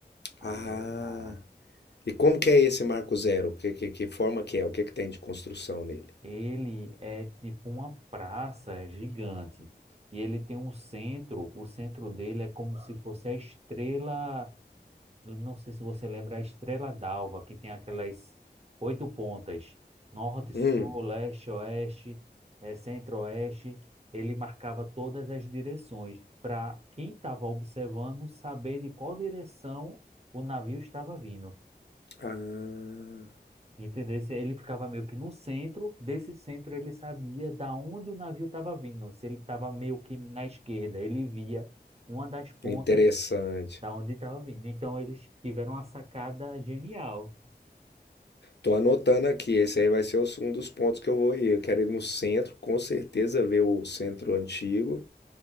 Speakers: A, on the right; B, on the left.
A: Aí
B: Ah.
A: é legal.
B: E como que é esse Marco Zero? Que, que, que forma que é? O que que tem de construção nele?
A: Ele é tipo uma praça gigante e ele tem um centro. O centro dele é como se fosse a estrela Eu não sei se você lembra a Estrela d'Alva, que tem aquelas oito pontas, norte,
B: Hum.
A: sul, leste, oeste, eh, centro-oeste. Ele marcava todas as direções para quem estava observando saber de qual direção o navio estava vindo.
B: Ah.
A: Entendeu? Ele ficava meio que no centro, desse centro ele sabia da onde o navio estava vindo. Se ele estava meio que na esquerda, ele via uma das pontas
B: Interessante.
A: da onde estava vindo. Então eles tiveram uma sacada genial.
B: Tô anotando aqui, esse aí vai ser os- um dos pontos que eu vou ir. Eu quero ir no centro, com certeza ver o centro antigo